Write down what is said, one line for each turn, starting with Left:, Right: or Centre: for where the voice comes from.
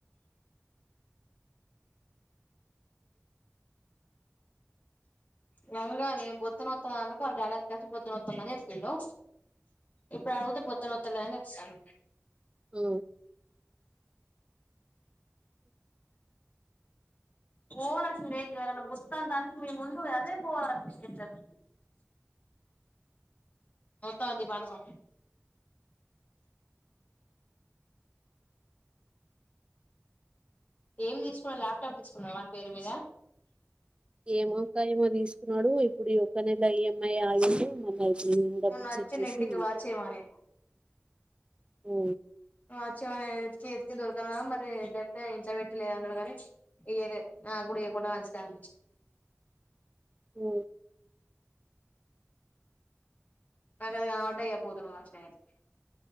Left: వంగా నేను బొత్త నోత్తంది అన్నంక వాళ్ళ డాడి దగ్గరికి వచ్చి బొత్త నోత్తందని దని చెప్పిండు ఇప్పుడు అడుగుతే బోత్తనొత్తలేదని చెప్తండు
Right: అ
Left: ఓవరాక్షన్ చేయకు ఎవరన్న బూతంత అంటే మీ ముందు ఓవరాక్షన్ చెత్తారు మత్తమంత పానుకు ఎం తీసుకున్నవ్ ల్యాప్టాప్ తీసుకున్నవ వని పేరు మీద
Right: ఏమో అక్క ఏమో తీసుకున్నాడు ఇప్పుడు ఈ ఒక్క నెల ఈఎంఐ ఆగింది మళ్ళ డబ్బులు
Left: మొన్న వచ్చిండు
Right: సెట్ చేసి
Left: ఇంటికి వాచ్చేయమని
Right: ఆ
Left: వచ్చి ఏమన ఎతికి ఎతికి దొరుకన్న మరి లేకపోతే ఇంట్లో పెట్టి లేదన్నరో కానీ ఇయ్యాలే నాకు కూడా ఇయ్య కుంటే మంచిదే అనిపిచ్
Right: మ్
Left: నాకు అది కనపడ్డ ఇయ్యక పోతును కావచ్చు నిను అయితే